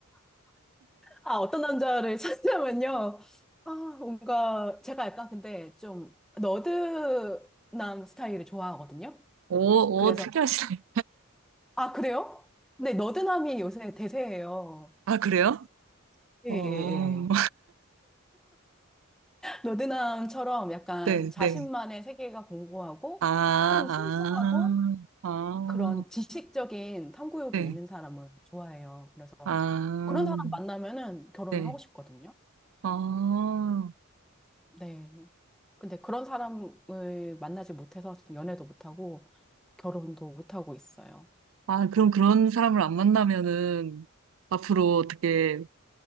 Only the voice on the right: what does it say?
오,
오, 특이하시네.
아, 그래요?
어.
어.
네,
네.
아,
아, 아,
네.
아,
네.
아,
아, 그럼 그런 사람을 안 만나면은 앞으로 어떻게